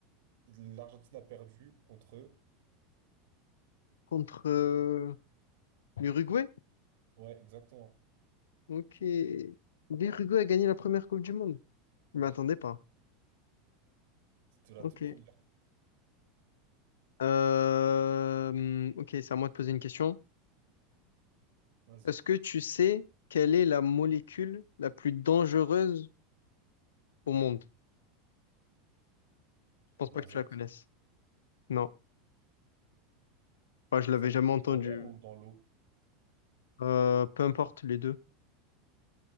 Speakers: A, on the right; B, on the left.
A: L'Argentine a perdu contre eux.
B: Contre euh, l'Uruguay?
A: Ouais, exactement.
B: Ok. L'Uruguay a gagné la première Coupe du Monde. Je
A: Ouais.
B: m'y pas.
A: C'était la
B: Ok.
A: toute première.
B: Euh, hum, ok, c'est à moi de poser une question.
A: Vas-y.
B: Est-ce que tu sais quelle est la molécule la plus dangereuse au monde? Je pense
A: De
B: pas
A: l'azote.
B: que tu la connaisses. Non. Moi, je l'avais
A: C'est un...
B: jamais entendue.
A: dans l'air ou dans l'eau?
B: Euh, peu importe les deux.